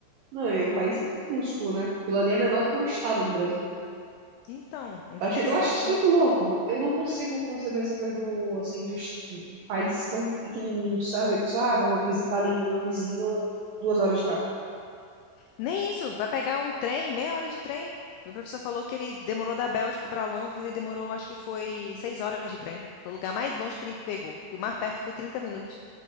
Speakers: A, on the right (about 80°); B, on the left (about 85°).
A: Não, é um país minúsculo, né? Aquilo ali é menor do que um estado do Brasil.
B: Então, ainda
A: Eu acho,
B: tem
A: eu
B: essa
A: acho
B: questão.
A: isso muito louco. Eu não consigo conceber essa coisa do, assim, do, est- do país tão pequenininho, sabe? A pessoa, ah, vou visitar ali meu vizinho duas horas de carro.
B: Nem isso, vai pegar um trem, meia hora de trem. Meu professor falou que ele demorou da Bélgica para Londres, ele demorou, acho que foi seis horas de trem. Foi o lugar mais longe que ele pegou. E o mais perto foi 30 minutos.